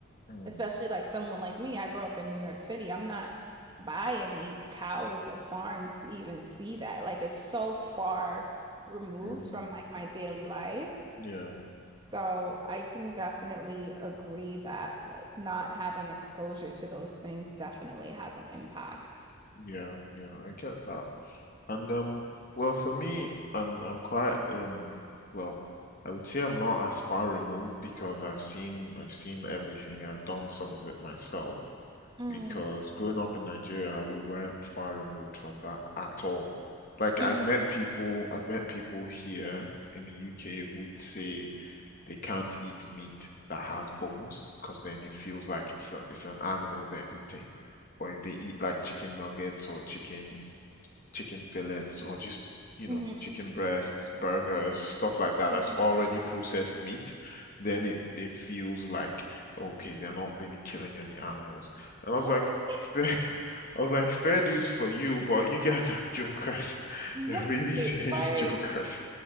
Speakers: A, on the left; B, on the right.
A: mm,
B: especially like someone like me. I grew up in New York City. I'm not by any cows or farms to even see that. Like it's so far removed
A: mm,
B: from like my daily life.
A: yeah,
B: So I can definitely agree that like not having exposure to those things definitely has an impact.
A: yeah, yeah. I get that. And um, well, for me, I'm I'm quite um, well, I would say I'm not as far removed because I've seen I've seen everything. I've done some of it myself
B: Mm,
A: because growing up in Nigeria, we weren't far removed from that at all. Like
B: hmm
A: I've met people, I've met people here in the UK who say they can't eat meat that has bones because then it feels like it's a, it's an animal they're eating. Or if they eat like chicken nuggets or chicken chicken fillets or just, you
B: hmm
A: know, chicken breasts, burgers, stuff like that
B: hmm
A: that's already processed meat, then it, it feels like, okay, they're not really killing any animals. And I
B: What?
A: was like,
B: <laughs>
A: fair, <laughs> I was like, fair dues for you, but you guys are jokers. <laughs>
B: Right.
A: You're really serious
B: Like,
A: <laughs> jokers.